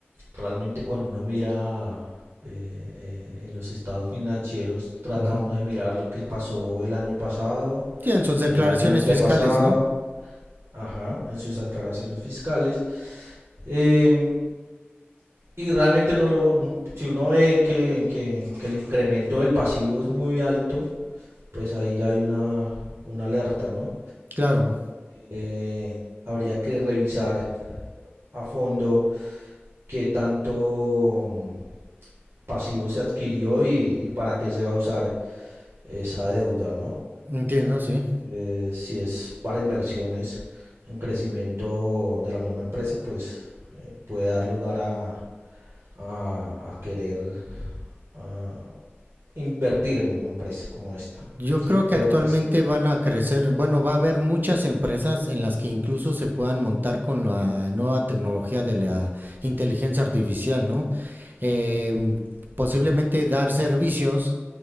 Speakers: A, on the right (about 80°); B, on the right (about 45°).
A: realmente cuando uno mira eh, eh, en los estados financieros, trata
B: Ujú.
A: uno de mirar lo que pasó el año pasado,
B: Tienen sus declaraciones
A: el año antepasado,
B: fiscales, ¿no?
A: ajá, en sus aclaraciones fiscales. Em, Y realmente no lo, si uno ve que, que, que el incremento del pasivo es muy alto, pues ahí ya hay una, una alerta, ¿no?
B: Claro,
A: Eh, habría que revisar a fondo qué tanto mm, pasivo se adquirió y, y para qué se va a usar esa deuda, ¿no?
B: entiendo, sí.
A: Eh, si es para inversiones en crecimiento de la misma empresa, pues eh, puede dar lugar a, a- a querer a invertir en una empresa como esta.
B: Yo
A: Sí,
B: creo que
A: pero
B: actualmente
A: pues,
B: van a crecer, bueno, va a haber muchas empresas en las que incluso se puedan montar con la nueva tecnología de la inteligencia artificial, ¿no? Eh, posiblemente
A: mm,
B: dar servicios